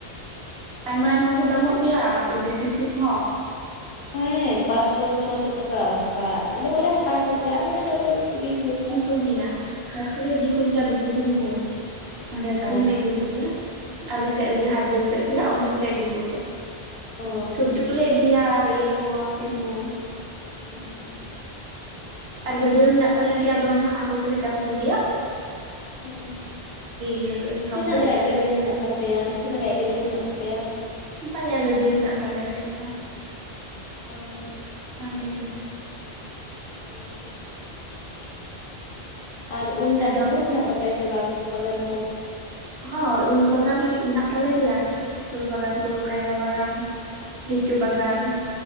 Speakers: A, on the right (about 75°); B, on the left (about 60°).
A: ᱟᱭᱢᱟ ᱟᱭᱢᱟ ᱠᱚ ᱫᱟᱢᱚᱜ ᱜᱮᱭᱟ ᱚᱭ ᱫᱮᱥᱤ ᱥᱤᱢ ᱦᱚᱸ
B: ᱦᱮᱸ ᱯᱟᱸᱪᱥᱚ ᱪᱷᱚᱥᱚ ᱴᱟᱠᱟ ᱚᱱ ᱚᱱᱠᱟ ᱟᱞᱮ ᱦᱚᱸᱞᱮ ᱦᱟᱛᱟᱣ ᱠᱚᱜᱮᱭᱟ ᱟᱞᱮ ᱢᱟ ᱡᱚᱛᱚ ᱜᱤ ᱠᱤᱨᱤᱧ ᱵᱷᱚᱨᱥᱟ
A: ᱠᱚᱜᱤᱭᱟ ᱦᱟᱴ ᱠᱚᱞᱮ ᱤᱫᱤ ᱠᱚᱜᱤᱭᱟ ᱫᱮᱥᱤ ᱥᱤᱢ ᱠᱚ ᱚᱸᱰᱮ ᱟᱹᱷᱨᱤᱧ
B: ᱚ
A: ᱞᱮ ᱤᱫᱤ ᱠᱚᱜᱤᱭᱟ᱾ ᱟᱞᱮᱥᱮᱫ ᱨᱤᱜᱤ ᱦᱟᱴ ᱵᱟᱹᱭᱥᱟᱹᱜ ᱜᱮᱭᱟ ᱚᱸᱰᱮ ᱜᱮᱞᱮ ᱤᱫᱤ ᱠᱚᱜᱮᱭᱟ᱾
B: ᱚ
A: ᱥᱚᱵᱽᱡᱤ
B: ᱟᱪᱪᱷᱟ
A: ᱠᱚᱞᱮ ᱤᱫᱤᱭᱟ ᱟᱨ ᱤᱭᱟᱹ ᱠᱚ ᱥᱤᱢ ᱠᱚ
B: <inaudible>
A: ᱟᱨ ᱜᱟᱹᱰᱭᱟᱹ ᱢᱮᱱᱟᱜ ᱛᱟᱞᱮ ᱜᱮᱭᱟ ᱟᱫᱚ ᱚᱸᱰᱮ ᱦᱟᱜ ᱦᱟᱹᱠᱩ ᱠᱚᱞᱮ ᱪᱟᱥ ᱠᱚᱜᱭᱟ᱾
B: <inaudible> ᱦᱮᱸ
A: ᱤᱭᱟᱹ ᱤᱱᱠᱟᱢ
B: ᱛᱤᱱᱟᱹᱜ
A: ᱫᱚ ᱦᱩᱭᱩᱜ
B: ᱜᱟᱡ
A: ᱛᱟᱞᱮ
B: ᱜᱟᱹᱰᱭᱟᱹ
A: ᱜᱮᱭᱟ
B: ᱦᱮᱱᱟᱜ ᱛᱟᱯᱮᱭᱟ ᱛᱤᱱᱟᱹᱜ ᱜᱟᱡ ᱜᱟᱹᱰᱭᱟᱹ ᱦᱮᱱᱟᱜ ᱛᱟᱯᱮᱭᱟ᱾
A: ᱵᱟᱨᱭᱟ ᱜᱟᱹᱰᱭᱟᱹ ᱢᱮᱱᱟᱜ ᱛᱟᱞᱮᱭᱟ ᱟᱞᱮᱭᱟᱜ ᱫᱚ
B: ᱚ
A: ᱚᱸᱰᱮ ᱜᱮ
B: ᱦᱮᱸ <unintelligible> ᱟᱨ ᱩᱞ ᱫᱟᱨᱮ
A: ᱟᱫᱚ
B: ᱠᱚ ᱢᱮᱱᱟᱜ ᱛᱟᱯᱮᱭᱟ ᱥᱮ ᱵᱟᱝ ᱵᱟᱜᱟᱱ ᱠᱚ
A: ᱦᱚᱸ ᱩᱞ ᱵᱟᱜᱟᱱ ᱢᱮᱱᱟᱜ ᱛᱟᱞᱮ ᱜᱮᱭᱟ ᱩᱞ ᱵᱟᱜᱟᱱ ᱠᱚ ᱠᱟᱭᱨᱟ ᱵᱟᱜᱟᱱ ᱞᱤᱪᱩ ᱵᱟᱜᱟᱱ